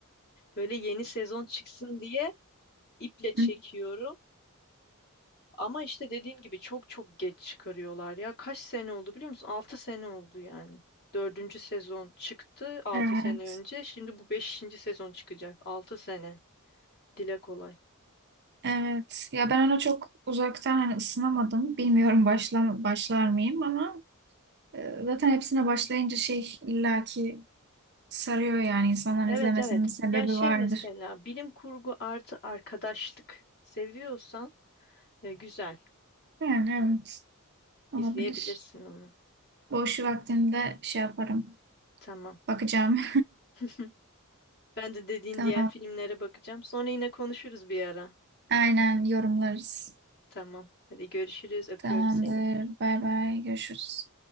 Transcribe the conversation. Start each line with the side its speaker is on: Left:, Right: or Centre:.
Left: Böyle yeni sezon çıksın diye iple çekiyorum.
Right: Hı.
Left: Ama işte dediğim gibi çok çok geç çıkarıyorlar ya. Kaç sene oldu biliyor musun? altı sene oldu yani. Dördüncü sezon çıktı altı
Right: Evet.
Left: sene önce. Şimdi bu beşinci sezon çıkacak. altı sene. Dile kolay.
Right: Evet. Ya ben ona çok uzaktan hani ısınamadım. Bilmiyorum başla başlar mıyım ama e, zaten hepsine başlayınca şey illaki sarıyor yani insanların
Left: Evet
Right: izlemesinin
Left: evet.
Right: bir sebebi
Left: Ya şey
Right: vardır.
Left: Evet. mesela bilim kurgu artı arkadaşlık seviyorsan e, güzel.
Right: Yani evet olabilir.
Left: İzleyebilirsin onu.
Right: Boş vaktimde şey yaparım.
Left: Tamam.
Right: Bakacağım.
Left: <laughs> Ben de dediğin
Right: <laughs> Tamam.
Left: diğer filmlere bakacağım. Sonra yine konuşuruz bir ara.
Right: Aynen yorumlarız.
Left: Tamam. Hadi görüşürüz. Öpüyorum
Right: Tamamdır.
Left: seni.
Right: Bay bay. Görüşürüz.